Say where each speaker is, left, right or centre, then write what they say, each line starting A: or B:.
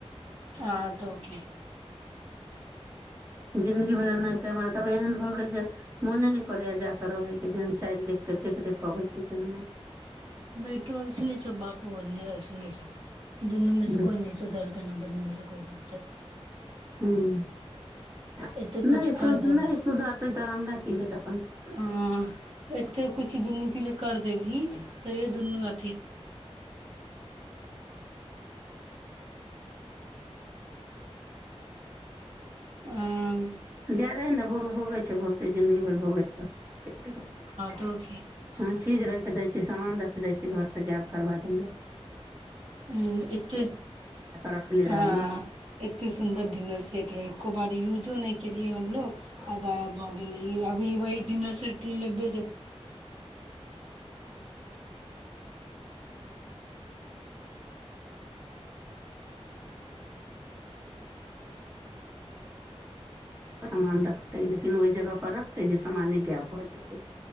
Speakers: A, on the right; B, on the right.
A: हँ तऽ की
B: जिन्दगी भरि एनाहिते हमरा तब एहन भऽ गेल जे मोने नहि करैए जा कऽ रहयके जेहन चालि देखि कऽ देख देख कऽ अबैत छी तेहन हम
A: बेैटो ओइस्ने छ बापो ओहने ओइसने छ दुनूमे
B: आब
A: से कोइ न सुधार कन न दुनूमे से कोइ बनतै
B: हूं
A: एते
B: नइ
A: कुछ कर
B: सुध
A: देबै
B: नइ सुधर तै तऽ हमरा की लेतय
A: हँ एत्ते कुछ दुन्नूके लिए कर देबही तइयो दुन आ
B: <unintelligible> <unintelligible>
A: हँ
B: जाए दहि ने भोग भोगै छै भोगतै जिन्दगी भर भोगइत रहतइ हँ
A: तऽ की
B: चीज राख दै छै सामान रख जाय छि घर त' गायब करबा दइया
A: हं एत्ते
B: रखले
A: हं
B: रहैए
A: एत्ते सुन्दर डिनर सेट रहइ एको बार युजो नइ केलियै हमलोग आ गायब भ गेले इ अभी वही डिनर सेट लेबै जेब
B: समान रखतै लेकिन ओहि जगह पर रखतै जे समाने गैब भ जेतै